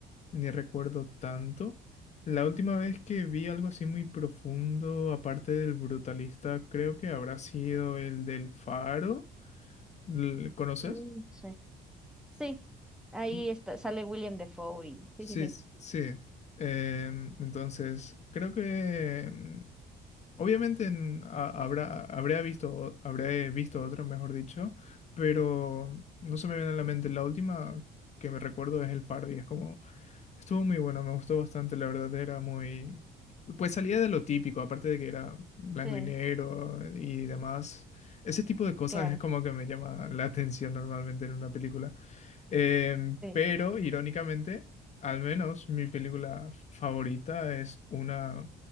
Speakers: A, on the left (about 40°); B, in the centre.
A: ni recuerdo tanto. La última vez que vi algo así muy profundo, aparte del brutalista, creo que habrá sido el del Faro. ¿L- ¿Conoces?
B: Mm, sí. Sí, ahí
A: Mm.
B: está, sale William Defoe y sí,
A: Sí,
B: sí, sí,
A: s- sí. Em, entonces, creo que em, obviamente en- ha- habrá, habría visto, o- habré visto otra, mejor dicho, pero no se me viene a la mente. La última que me recuerdo es el Faro y es como... Estuvo muy bueno, me gustó bastante, la verdad, era muy... Pues salía de lo típico, aparte de que era blanco
B: sí,
A: y negro y demás. Ese tipo de cosas
B: claro,
A: es como que me llama la atención normalmente en una película. Em,
B: sí,
A: pero, irónicamente, al menos mi película favorita es una